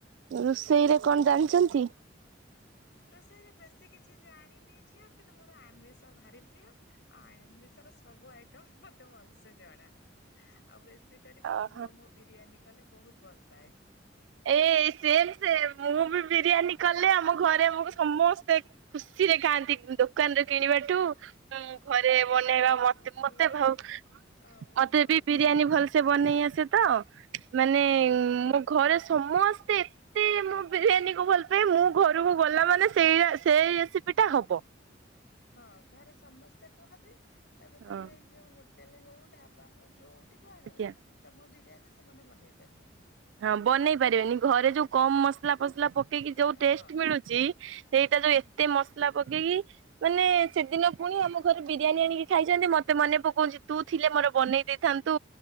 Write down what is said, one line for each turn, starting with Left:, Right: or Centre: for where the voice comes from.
Right: ରୋଷେଇରେ କଣ ଜାଣିଛନ୍ତି?
Left: ରୋଷେଇରେ ବେଶୀ କିଛି ଜାଣିନି ଝିଅ କିନ୍ତୁ ମୋର ଆମିଷ ଭାରି ପ୍ରିୟ। ଆମିଷର ସବୁ ଆଇଟମ୍ ମତେ ଭଲସେ ଜଣା ଆଉ ବେଶୀ ମୋ
Right: ଓହୋ
Left: ପୁଅ ମୋ ବିରିୟାନୀ କଲେ ବହୁତ ଭଲ ପାଏ।
Right: ଏ ସେମ ସେମ ମୁଁ ବି ବିରିୟାନୀ କଲେ ଆମ ଘରେ ସମସ୍ତେ ଖୁସିରେ ଖାଆନ୍ତି ଦୋକାନରେ କିଣିବାଠୁ ହୁଁ, ଘରେ ବନେଇବା
Left: ହଁ
Right: ମତେ
Left: ମୋ ପୁଅ
Right: ମତେ ଭାଉ
Left: ଆଉ
Right: ମତେ
Left: ମୋ
Right: ବି ବିରିୟାନୀ
Left: ସାନ
Right: ଭଲସେ ବନେଇ ଆସେ ତ ମାନେ
Left: ହଁ
Right: ମୋ ଘରେ ସମସ୍ତେ ଏତେ ମୁଁ ବିରିୟାନୀକୁ ଭଲ ପାଏ ମୁଁ ଘରକୁ ଗଲା ମାନେ ସେଇ ସେଇ ରେସିପି ଟା ହବ।
Left: ହଁ, ଘରେ ସମସ୍ତେ କୁହନ୍ତି କେବେ ତମେ
Right: ହଁ
Left: ଏଇ ଯୋଉ ହୋଟେଲେ ହଉ ଢାବା ହଉ ଯୋଉଠି ବି
Right: ଆଜ୍ଞା।
Left: ଆଡୁ ତମ ବିରିୟାନୀ ସେମାନେ ବନେଇ ପାରିବେନି।
Right: ହଁ, ବନେଇ ପାରିବେନି ଘରେ ଯୋଉ କମ ମସଲା ଫସଲା ପକେଇକି ଯୋଉ
Left: ହଁ
Right: ଟେଷ୍ଟ ମିଳୁ ଚି ସେଇଟା ଯୋଉ ଏତେ ମସଲା ପକେଇକି ମାନେ ସେଦିନ ପୁଣି ଆମ ଘରେ ବିରିୟାନୀ ଆଣିକି ଖାଇଛନ୍ତି ମତେ ମନେ ପକଉଛି ତୁ ଥିଲେ ମୋର ବନେଇ ଦେଇ ଥାନ୍ତୁ